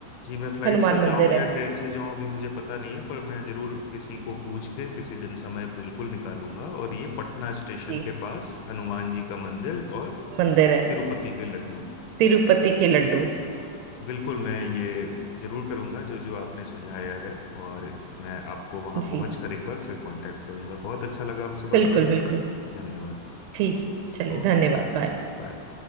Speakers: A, on the left; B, on the right.
A: जी मैं फ्लाइट
B: हनुमान
A: से जाऊं
B: मंदिर
A: या
B: है
A: ट्रेन से जाऊं अभी मुझे पता नहीं है पर मैं जरूर किसी को पूछ के किसी दिन समय बिल्कुल निकालूंगा और ये पटना स्टेशन
B: जी
A: के पास हनुमान जी का मंदिर और
B: मंदिर है
A: तिरुपति के लड्डू
B: तिरुपति के लड्डू
A: बिल्कुल मैं ये जरूर करूंगा जो जो आपने सुझाया है और मैं आपको वहां
B: जी
A: पहुंच कर एक बार फिर कांटेक्ट करूंगा बहुत अच्छा लगा आपसे
B: बिल्कुल
A: बात करके
B: बिल्कुल
A: धन्यवाद
B: ठीक है चलिए
A: ओके
B: धन्यवाद बाय
A: बाय